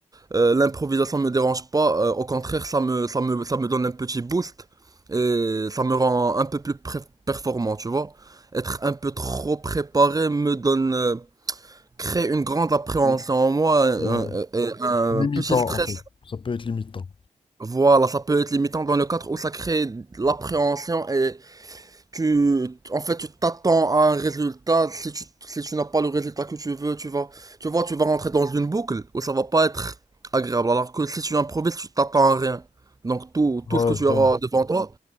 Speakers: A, on the right (about 30°); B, on the left (about 40°).
A: euh, l'improvisation me dérange pas, euh, au contraire ça me ça me ça me donne un petit boost et ça me rend un peu plus pré- performant, tu vois. Être un peu trop préparé me donne euh, crée une grande appréhension en moi, un,
B: Ouais,
A: un-
B: c'est limitant
A: un petit stress.
B: en fait. Ça peut être limitant.
A: Voilà, ça peut être limitant dans le cadre où ça crée l'appréhension et tu, en fait, tu t'attends à un résultat. Si tu, si tu n'as pas le résultat que tu veux, tu vas, tu vois, tu vas rentrer dans une boucle où ça va pas être agréable. Alors que si tu improvises, tu t'attends à rien. Donc tout, tout
B: Ouais,
A: ce que tu
B: je
A: auras
B: vois.
A: devant toi,